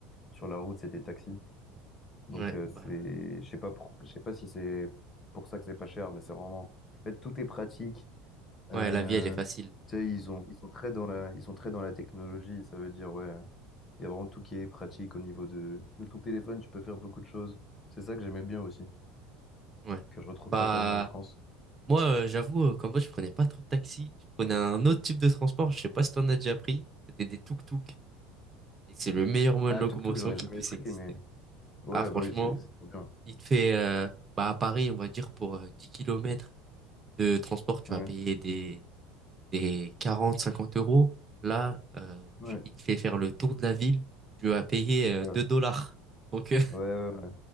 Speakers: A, on the left; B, on the right.
A: sur la route, c'est des taxis. Donc
B: ouais,
A: euh,
B: bah,
A: c'est, je sais pas pour- je sais pas si c'est pour ça que c'est pas cher, mais c'est vraiment, en fait, tout est pratique. Euh,
B: ouais, la vie, elle est facile.
A: tu sais, ils ont, ils sont très dans la, ils sont très dans la technologie. Ça veut dire, ouais, il y a vraiment tout qui est pratique au niveau de, de ton téléphone. Tu peux faire beaucoup de choses. C'est ça que j'aimais bien aussi,
B: Ouais.
A: que je retrouve
B: Bah,
A: pas tellement en France.
B: moi, euh, j'avoue, euh, qu'en mode, je prenais pas trop de taxi. Je prenais un autre type de transport. Je sais pas si t'en as déjà pris. C'était des tuk-tuk. Et c'est le meilleur moyen
A: Ah,
B: de locomotion
A: tuk-tuk, j'en ai
B: qui
A: jamais
B: puisse
A: pris,
B: exister.
A: mais Ouais,
B: Ah, franchement,
A: bah oui, c'est c'est trop bien.
B: il te fait, euh, bah, à Paris, on va dire, pour euh, 10 km de transport, tu
A: Ouais,
B: vas payer des, des 40 50 euros. Là, euh,
A: ouais,
B: tu- il te fait faire le tour de la ville, tu vas payer euh,
A: ouais,
B: 2 dollars. Donc, euh,
A: ouais, ouais. Ouais,